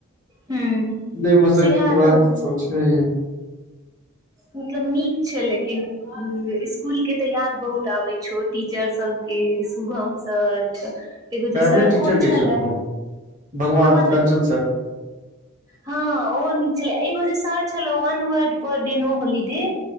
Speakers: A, on the right; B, on the right.
A: हूँ
B: नहि मस
A: सेहा
B: की तोरा
A: तऽ
B: छै
A: मतलब नीक छै लेकिन इसकुलके तऽ याद बहुत आबैत छौ टीचरसभके शुभम सर एगो
B: फेवरेट
A: जे सर
B: टीचर
A: कोन
B: के
A: छले
B: छलखुन भगवान
A: हमरा
B: कंचन
A: त
B: सर
A: हँ ओ नीक छलै जे सर चलो वन word per a no holiday